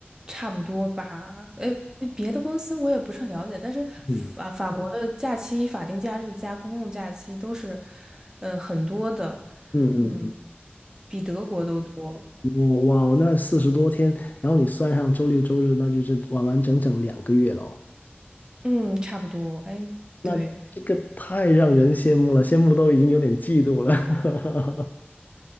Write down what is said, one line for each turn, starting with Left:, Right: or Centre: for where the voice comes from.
Right: 差不多吧。呃，别的公司我也不是很了解，但是法法国的假期、
Left: 嗯
Right: 法定假日加公共假期都是，呃，很多的，
Left: 嗯嗯，
Right: 嗯，比德国都多。
Left: 嗯哇，哇那四十多天，然后你算上周六周日，那就是完完整整两个月了哦
Right: 嗯，差不多。哎，
Left: 那这个太让人羡慕了，
Right: 对，
Left: 羡慕都已经有点嫉妒了。